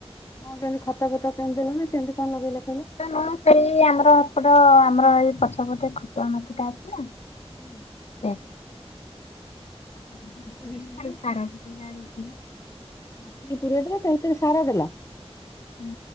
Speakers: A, on the left; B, on the left.
A: ହଁ କେମିତି ଖତ ଫତ କେମିତି ଦେଲ ନା କେମିତି କଣ ଲଗେଇଲ କହିଲ?
B: ମୁଁ ସେଇ ଆମର ଏପଟ ଆମର ଏଇ ପଛ ପଟେ ଖତୁଆ ମାଟିଟା ଅଛି ନା
A: ହୁଁ।
B: <unintelligible>
A: ଛାତ କିଛି ହେଲା ମାଟି ଟିକେ ପୁରେଇ ଦେଲେ ତା ଭିତରେ ସାର ଦେଲା।
B: ହୁଁ